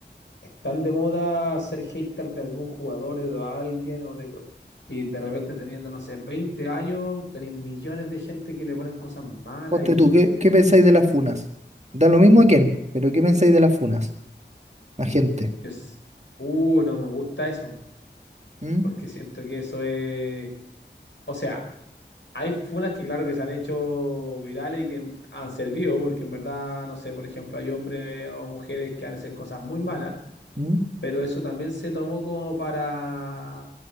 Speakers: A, on the left; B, on the right.
A: es tan de moda ser hater de algún jugador o de alguien o de, y de repente teniendo, no sé, 20 años, tenés millones de gente que le ponen cosas malas
B: Ponte tú, ¿qué, qué pensáis de las funas? Da lo mismo a quién, pero ¿qué pensáis de las funas? A gente.
A: Yo, s- uh, no me gusta eso,
B: ¿Mm?
A: porque siento que eso es, o sea, hay funas que claro que se han hecho virales y que han servido, porque en verdad, no sé, por ejemplo, hay hombres o mujeres que hacen cosas muy malas
B: ¿Mm?
A: pero eso también se tomó como para,